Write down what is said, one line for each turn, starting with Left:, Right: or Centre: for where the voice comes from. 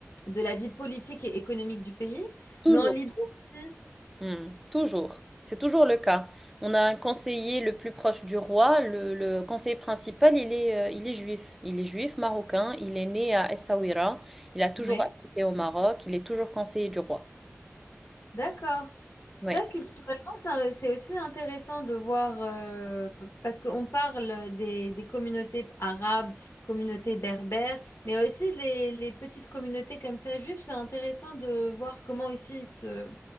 Left: de la vie politique et économique du pays.
Centre: Toujours,
Left: Mais en Libye aussi.
Centre: Hmm, toujours. C'est toujours le cas. On a un conseiller le plus proche du roi. Le, le conseiller principal, il est, euh, il est juif. Il est juif marocain. Il est né à Essaouira. Il a toujours
Left: ouais
Centre: habité au Maroc. Il est toujours conseiller du roi.
Left: D'accord.
Centre: Oui.
Left: Ça, culturellement, ça- c'est aussi intéressant de voir, euh, parce qu'on parle des, des communautés arabes, communautés berbères, mais aussi les, les petites communautés comme ça, juives, c'est intéressant de voir comment ici ils se...